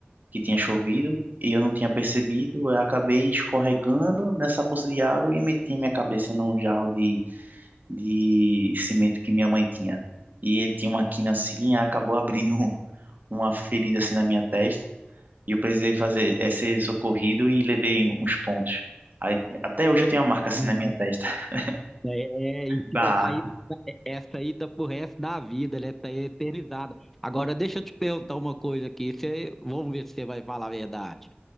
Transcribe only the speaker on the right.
que tinha chovido e eu não tinha percebido. Eu acabei escorregando nessa poça de água e meti minha cabeça num jarro de, de cimento que minha mãe tinha. E ele tinha uma quina assim e acabou abrindo <laughs> uma ferida assim na minha testa. E eu precisei fazer é, ser socorrido e levei uns pontos. Aí, até hoje eu tenho uma marca assim
na minha testa <laughs>
da